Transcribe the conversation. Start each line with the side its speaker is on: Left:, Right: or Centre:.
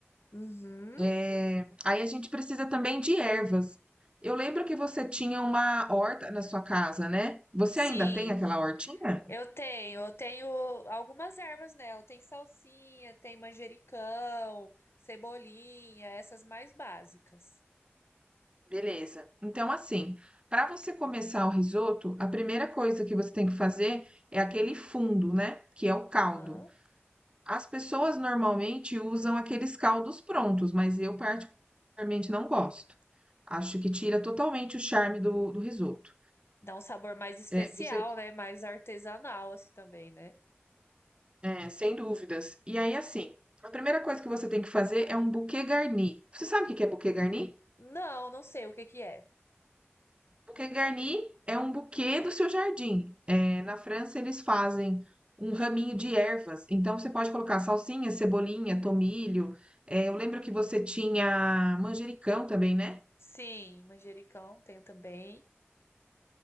Left: Uhum.
Right: É, Aí a gente precisa também de ervas. Eu lembro que você tinha uma horta na sua casa, né? Você
Left: Sim,
Right: ainda tem aquela hortinha?
Left: Eu tenho, eu tenho algumas ervas nela. Tem salsinha, tem manjericão, cebolinha, essas mais básicas.
Right: Beleza. Então, assim, para você começar o risoto, a primeira coisa que você tem que fazer é aquele fundo, né? Que é o caldo.
Left: Aham.
Right: As pessoas normalmente usam aqueles caldos prontos, mas eu particularmente não gosto. Acho que tira totalmente o charme do, do risoto.
Left: Dá um sabor mais especial,
Right: É, você,
Left: né? Mais artesanal, assim também, né?
Right: é, sem dúvidas. E aí, assim, a primeira coisa que você tem que fazer é um bouquet garni. Você sabe o que que é bouquet garni?
Left: Não, não sei o que que é.
Right: Bouquet garni é um buquê do seu jardim. É, na França, eles fazem um raminho de ervas. Então, você pode colocar salsinha, cebolinha, tomilho. É,
Left: Hum.
Right: eu lembro que você tinha manjericão também, né?
Left: Sim, manjericão tenho também.